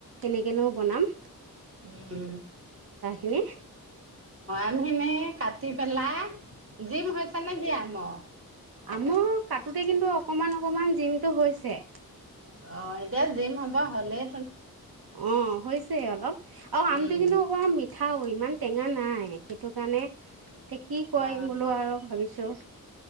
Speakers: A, on the right (about 85°); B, on the right (about 35°).
A: কেনেকেনো বনাম।
B: উম।
A: এনেই।
B: এনে কাটি পেলাই জিম হৈছে নে জীয়ান? অ।
A: আমুৰ কাটোতে কিন্তু অকমান অকমান জিমটো হৈছে।
B: অ এতিয়া জিম হ'ব হ'লেই।
A: অ' হৈছে অলপ। আৰু
B: উম
A: আমটো কিন্তু অকমান মি খাও ইমান টেঙা নাই সেইটো কাৰণে। এ কি কয়
B: অ
A: বোলো আৰু ভাবিছোঁ।